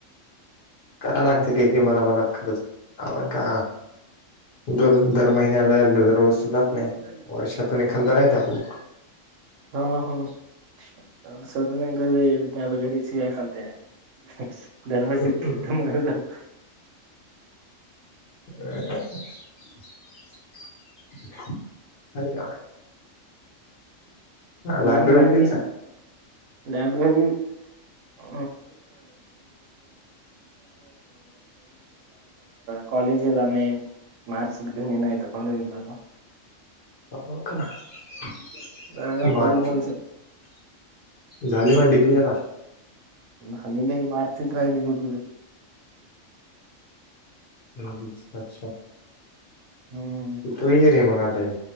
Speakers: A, on the left (about 50°); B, on the right (about 70°).
A: करा लागते की किंमत मदत खर्च आपण का दररोज दर महिन्याला रोज तर जात
B: हो
A: नाही वर्षातून एखादरा येत आपलं.
B: <unintelligible> <inaudible> <inaudible>
A: आपलं <inaudible> <unintelligible> हा
B: मग
A: लायब्ररी
B: बाकी
A: गेल जा
B: लायब्ररी <inaudible> कॉलेजले जा नाही मार्कशीट घेऊन नाही तर कॉलेज जा
A: <inaudible>
B: अजून कॉलेजमध्ये
A: झाली माझी डीग्री आता.
B: झाली नाही मार्कशीट राहिलेली घेऊन आलो.
A: ह् अच्छा.
B: हम्म
A: इथो येर मग आताय